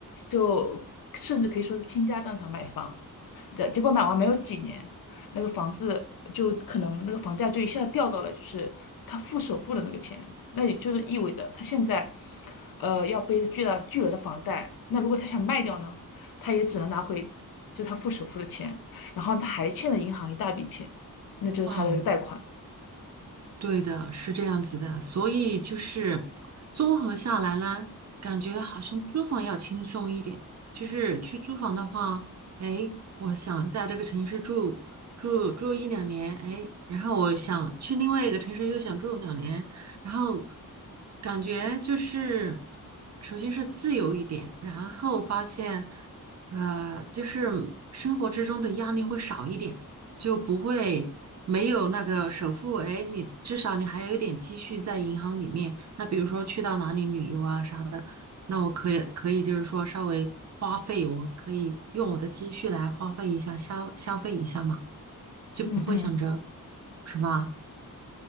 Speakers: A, on the left; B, on the right.
A: 就甚至可以说是倾家荡产买房，结结果买完没有几年，那个房子就可能那个房价就一下子掉到了就是他付首付的那个钱，那也就是意味着他现在，呃，要背着巨大巨额的房贷。那如果他想卖掉呢，他也只能拿回就他付首付的钱，然后他还欠了银行一大笔钱。那就是他的这个贷款。
B: 嗯，对的，是这样子的，所以就是综合下来呢，感觉好像租房要轻松一点。就是去租房的话，哎，我想在这个城市住住住一两年，哎，然后我想去另外一个城市又想住两年，然后感觉就是首先是自由一点，然后发现呃，就是生活之中的压力会少一点。就不会没有那个首付，哎，你至少你还有一点积蓄在银行里面。那比如说去到哪里旅游啊啥的，那我可以可以就是说稍微花费，我可以用我的积蓄来花费一下，消消费一下嘛，就不会想着，
A: 嗯嗯
B: 是吧？